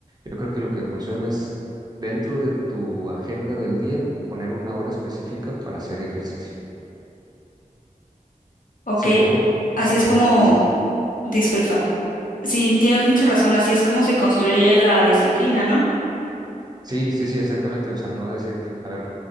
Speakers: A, on the right; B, on the left.
A: Yo creo que lo que funciona es dentro de tu agenda del día poner una hora específica para hacer ejercicio.
B: Ok,
A: Si no,
B: así
A: si no,
B: es como,
A: no lo vas a hacer.
B: disculpa, sí, tienes mucha razón, así es como se construye la disciplina, ¿no?
A: Sí, sí, sí, exactamente. O sea, no decir, a ver,